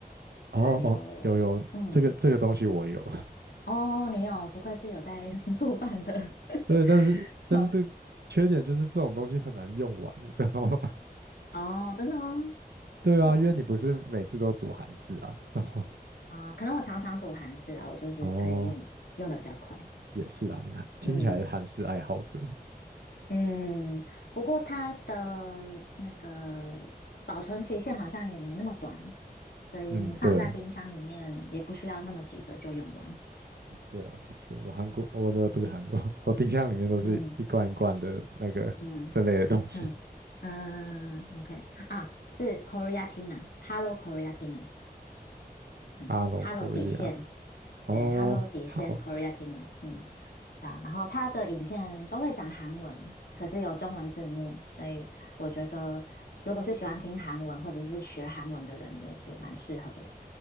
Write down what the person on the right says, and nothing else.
哦哦，
有有这个这个东西我有，
<laughs>
对，但是但是这个缺点就是这种东西很难用完，
你知道吗？
对啊，
因为你不是每次都煮韩式啊，然后
<laughs> 哦也是啊，你看听起来是韩式爱好者，
嗯，对，的确啊，的确，我韩国我的不是韩国，<laughs> 我冰箱里面都是一罐一罐的那个这类的东西
，Hello Korea，
哦，
好